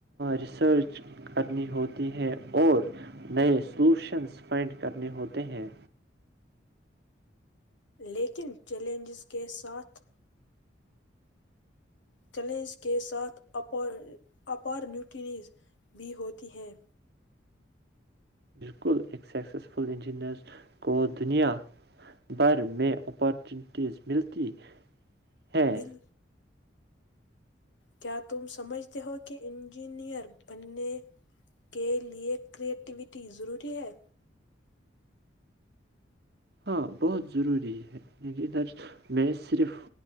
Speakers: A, on the right; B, on the left.
A: ریسرچ کرنی ہوتی ہیں اور نئے سلوشنس فائنڈ کرنے ہوتے ہیں
B: لیکن چیلنجز کے ساتھ چیلنج کے ساتھ اپ اپارنیوٹیز بھی ہوتی ہیں
A: بالکل ایک سکسیسفل انجینئر کو دنیا بھر میں اپارچونیٹیز ملتی ہیں
B: مل کیا تم سمجھتے ہو کہ انجینئر بننے کے لئے کریٹیویٹی ضروری ہے
A: ہاں بہت ضروری ہے انجینئر میں صرف